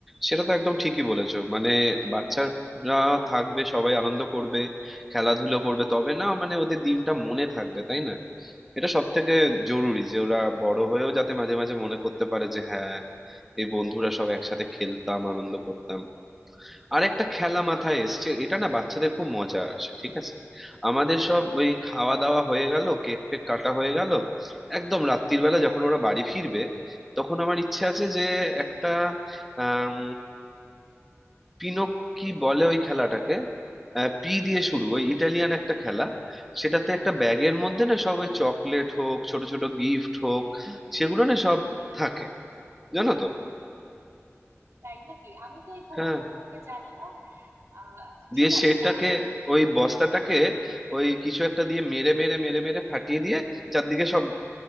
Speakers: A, in the centre; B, on the right.
A: সেটা তো একদম ঠিকই বলেছো মানে বাচ্চারা থাকবে সবাই আনন্দ করবে খেলাধুলো করবে তবে না মানে ওদের দিনটা মনে থাকবে তাই না এটা সব থেকে জরুরি যে ওরা বড় হয়েও যাতে মাঝে মাঝে মনে করতে পারে যে হ্যাঁ এই বন্ধুরা সব একসাথে খেলতাম আনন্দ করতাম আরেকটা খেলা মাথায় এসছে এটা না বাচ্চাদের খুব মজা আসে ঠিক আছে আমাদের সব ওই খাওয়া দাওয়া হয়ে গেল কেক ফেক কাটা হয়ে গেল একদম রাত্রির বেলা যখন ওরা বাড়ি ফিরবে তখন আমার ইচ্ছে আছে যে একটা আম, পিনক কি বলে ওই খেলাটাকে আহ, পি দিয়ে শুরু ওই ইটালিয়ান একটা খেলা সেটাতে একটা ব্যাগের মধ্যে না সব ওই চকলেট হোক ছোট ছোট গিফট হোক সেগুলো না সব থাকে জানো তো
B: তাই নাকি আমি তো এই খেলার
A: হ্যাঁ
B: সম্পর্কে জানি না আহ ঠিক
A: দিয়ে
B: আছে
A: সেটাকে
B: তাহলে
A: ওই বস্তাটাকে ওই কিছু একটা দিয়ে মেরে মেরে মেরে মেরে ফাটিয়ে দিয়ে চারদিকে সব